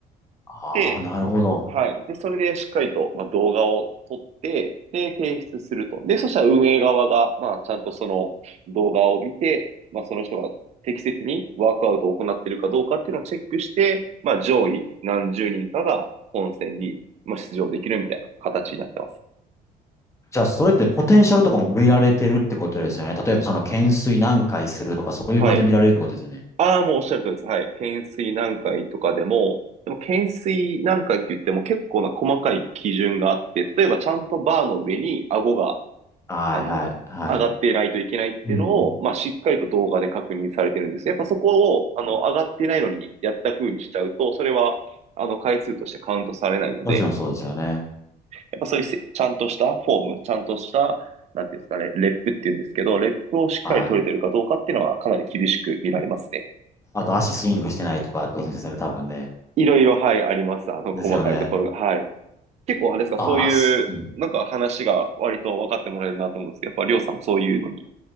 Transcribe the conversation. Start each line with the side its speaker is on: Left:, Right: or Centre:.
Left: ああ、
Right: で、
Left: なるほど。
Right: はい。で、それでしっかりと、まあ、動画を撮って、で、提出すると。で、そしたら運営側が、まあ、ちゃんとその動画を見て、まあ、その人が適切にワークアウトを行っているかどうかっていうのをチェックして、まあ、上位何十人かが本戦に、まあ、出場できるみたいな形になってます。
Left: じゃあ、それってポテンシャルとかも見られてるってことですよね。例えば、その、懸垂何回するとか、そういう感じで見られるってことですよね。
Right: はい。ああ、もうおっしゃるとりです。はい。懸垂何回とかでも、でも懸垂何回って言っても結構な細かい基準があって、例えばちゃんとバーの上に顎が、
Left: はい、
Right: あの、
Left: はい、はい。
Right: 上がっていないといけないっていうのを、
Left: うん。
Right: まあ、しっかりと動画で確認されてるんですねやっぱそこを、あの、
Left: うん
Right: 上がってないのにやった風にしちゃうと、それは、あの、回数としてカウントされないので、
Left: もちろんそうですよね。
Right: やっぱそういうせちゃんとしたフォーム、ちゃんとした、なんていうんですかね、レップっていうんですけど、レップをしっかり取れてるかどうかっていうのはかなり厳しく見られますね。
Left: はい。あと、足スイングしてないとか、ってことですよね、多分ね。
Right: いろいろ、はい、あります。あの、
Left: ですよね。
Right: 細かいところが。はい。結構、あれですか、
Left: ああ、
Right: そういう、
Left: すうん。
Right: なんか話が割と分かってもらえるなと思うんですけど、やっぱりょうさんもそういうのに